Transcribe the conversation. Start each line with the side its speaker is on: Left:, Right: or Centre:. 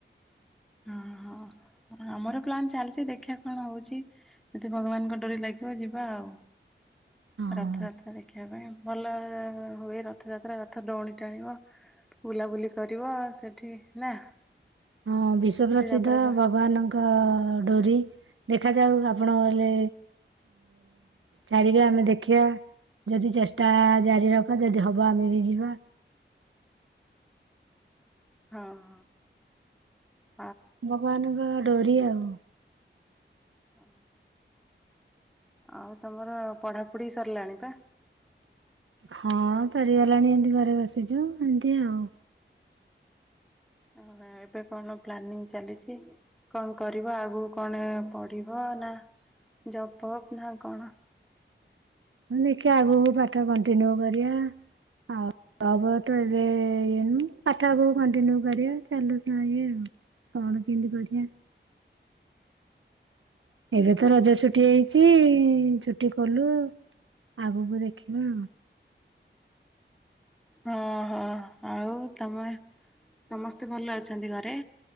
Centre: ହଁ ହଁ ଆମର ପ୍ଲାନ୍ ଚାଲିଛି, ଦେଖିବା କଣ ହଉଛି ଯଦି ଭଗବାନଙ୍କ ଡୋରି ଲାଗିବ ଯିବା ଆଉ,
Right: ହଁ।
Centre: ରଥଯାତ୍ରା ଦେଖିବା ପାଇଁ ଭଲ ହୁଏ। ରଥଯାତ୍ରା ରଥ ଦଉଡୀ ଟାଣିବ ବୁଲାବୁଲି କରିବ ସେଠି ନା।
Right: ହଁ ବିଶ୍ଵ
Centre: ସେଠି
Right: ପ୍ରସିଦ୍ଧ
Centre: ତାପରେ ହଁ
Right: ଭଗବାନଙ୍କ ଡୋରି ଦେଖାଯାଉ ଆପଣ ଗଲେ ଚାରିବା ଆମେ ଦେଖିବା ଯଦି ଚେଷ୍ଟା ଜାରି ରଖ ଯଦି ହବ ଆମେ ବି ଯିବା।
Centre: ହଁ ହଁ।
Right: ଭଗବାନଙ୍କ ଡୋରି ଆଉ
Centre: ହ ଆଉ ତମର ପଢାପଢି ସରିଲାଣି ବା।
Right: ହଁ ସରିଗଲାଣି ଏମିତି ଘରେ ବସିଛୁ ଏମିତି ଆଉ।
Centre: ଓ ଏବେ କଣ ପ୍ଲାନିଂ ଚାଲିଛି। କଣ କରିବ ଆଗକୁ କଣ ପଢିବ ନା ଜପ ଅପ୍ ନା କଣ?
Right: ମୁଁ ଦେଖି ଆଗକୁ ପାଠ କଣ୍ଟିନ୍ୟୁ କରିବା ଆଉ ହବ ତ ଏବେ ଇଏନୁ ପାଠ ଆଗକୁ କଣ୍ଟିନ୍ୟୁ କରିବା ଚାଲୁ ଇଏ ଆଉ କଣ କେମିତି କରିବା। ଏବେ ତ ରଜ ଛୁଟି ହେଇଛି ଚୁଟି ଖୋଲୁ ଆଗକୁ ଦେଖିବା।
Centre: ହଁ ହୋ ଆଉ ତମେ ସମସ୍ତେ ଭଲ ଅଛନ୍ତି ଘରେ।